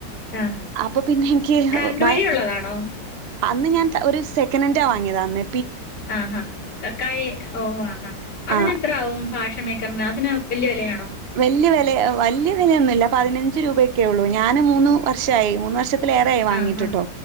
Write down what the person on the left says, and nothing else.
ആഹ്
കറണ്ട്
വഴിയുള്ളതാണോ
ആഹാ ക കായ ഓ ആഹാ അതിനെത്ര
ആവും ഭാഷ മേക്കറിന് അതിന് ല്യവെലയാണോ
ആഹാ